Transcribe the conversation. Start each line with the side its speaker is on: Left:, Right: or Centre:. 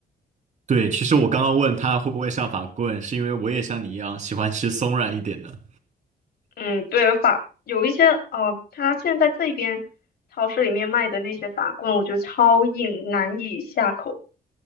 Right: 对，其实我刚刚问他会不会像法棍，是因为我也像你一样喜欢吃松软一点的。
Left: 嗯，对，法有一些哦，它现在这边超市里面卖的那些法棍，我觉得超硬，难以下口。